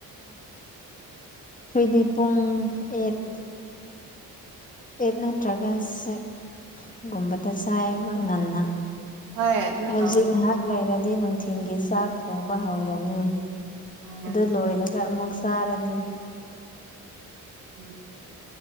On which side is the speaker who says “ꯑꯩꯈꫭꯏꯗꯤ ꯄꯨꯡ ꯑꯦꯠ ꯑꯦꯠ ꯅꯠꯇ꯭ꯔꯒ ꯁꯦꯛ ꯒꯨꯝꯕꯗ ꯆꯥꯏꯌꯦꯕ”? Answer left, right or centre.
Left